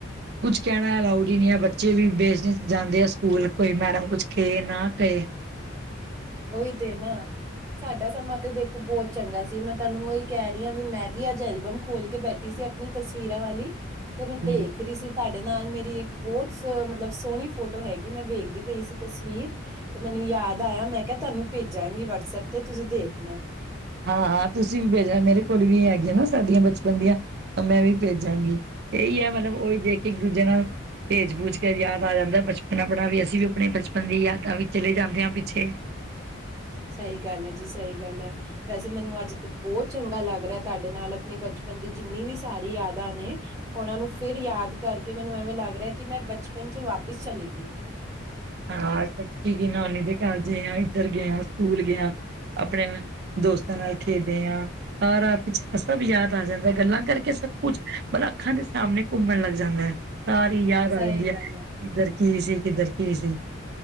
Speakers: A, on the right; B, on the right.
A: ਕੁਛ ਕਹਿਣਾ ਅਲਾਊਡ ਈ ਨਹੀਂ ਐ, ਬੱਚੇ ਵੀ ਵੇਸਟਜ ਜਾਂਦੇ ਆ ਸਕੂਲ ਕੋਈ ਮੈਡਮ ਕੁਛ ਕਹੇ ਨਾ ਕਏ।
B: ਓਈ ਤੇ ਨਾ। ਸਾਡਾ ਸਮਾਂ ਤੇ ਦੇਖੋ ਬੋਤ ਚੰਗਾ ਸੀ ਮੈਂ ਤੁਹਾਨੂੰ ਓਈ ਕੈ ਰੀਆ ਵੀ ਮੈਂ ਵੀ ਅੱਜ ਐਲਬਮ ਖੋਲ ਕੇ ਬੈਠੀ ਸੀ ਅ ਆਪਣੀ ਤਸਵੀਰਾਂ ਵਾਲੀ ਤੇ ਮੈਂ
A: ਆ
B: ਦੇਖ ਰੀ ਸੀ ਤੁਹਾਡੇ ਨਾਲ ਮੇਰੀ ਇੱਕ ਬੋਤ ਸ ਮਤਲਬ ਸੋਣੀ ਫੋਟੋ ਹੈਗੀ ਮੈਂ ਵੇਖਦੀ ਪਈ ਸੀ ਤਸਵੀਰ ਤੇ ਮੈਨੂੰ ਯਾਦ ਆਇਆ ਮੈਂ ਕਿਆ ਤੁਹਾਨੂੰ ਭੇਜਾਂਗੀ ਵਟਸਐਪ ਤੇ ਤੁਸੀਂ ਦੇਖਣਾ।
A: ਹਾਂ-ਹਾਂ ਤੁਸੀਂ ਵੀ ਭੇਜਣਾ ਮੇਰੇ ਕੋਲ ਵੀ ਹੈਗੀਆਂ ਨਾ ਸਾਡੀਆਂ ਬਚਪਨ ਦੀਆਂ। ਤਾਂ ਮੈਂ ਵੀ ਭੇਜਾਂਗੀ ਏਹੀ ਐ ਮਤਲਬ ਓਈ ਦੇਖ ਕੇ ਇੱਕ ਦੂਜੇ ਨਾਲ ਭੇਜ-ਭੂਜ ਕੇ ਯਾਦ ਆ ਜਾਂਦਾ ਬਚਪਨ ਆਪਣਾ ਵੀ ਅਸੀਂ ਵੀ ਆਪਣੇ ਬਚਪਨ ਦੀ ਯਾਦਾਂ ਵੀ ਚਲੇ ਜਾਂਦੇ ਆ ਪਿੱਛੇ।
B: ਸਈ ਗੱਲ ਐ ਜੀ ਸਈ ਗੱਲ ਐ। ਵੈਸੇ ਮੈਨੂੰ ਅੱਜ ਤ ਚੰਗਾ ਲੱਗ ਰਿਆ ਤੁਹਾਡੇ ਨਾਲ ਆਪਣੀ ਬਚਪਨ ਦੀ ਜਿੰਨੀ ਵੀ ਸਾਰੀ ਯਾਦਾਂ ਨੇ ਓਨਾਂ ਨੂੰ ਫਿਰ ਯਾਦ ਕਰਕੇ ਮੈਨੂੰ ਐਵੇਂ ਲੱਗ ਰਿਆ ਕੀ ਮੈਂ ਬਚਪਨ ਚ ਵਾਪਿਸ ਚਲੀ ਗਈ ਆ।
A: ਹਾਂ ਸਭ <unintelligible> ਨਾਨੀ ਦੇ ਘਰਜੇ ਆ ਇੱਧਰ ਗਿਆ ਸਕੂਲ ਗਿਆ ਆਪਣੇ ਦੋਸਤਾਂ ਨਾਲ ਖੇਡੇ ਆ ਸਾਰਾ ਪਿਛੜਾ ਸਭ ਯਾਦ ਆ ਜਾਂਦਾ ਗੱਲਾਂ ਕਰਕੇ ਸਭ ਕੁਛ ਮਨ ਅੱਖਾਂ ਦੇ ਸਾਮਣੇ ਘੁੰਮਣ ਲੱਗ ਜਾਂਦੈ। ਸਾਰੀ ਯਾਦ ਆ
B: ਸਹੀ
A: ਜਾਂਦੀ ਐ
B: ਗੱਲ ਹੈ
A: ਕਿੱਧਰ ਕੀ ਸੀ ਕਿੱਧਰ ਕੀ ਸੀ।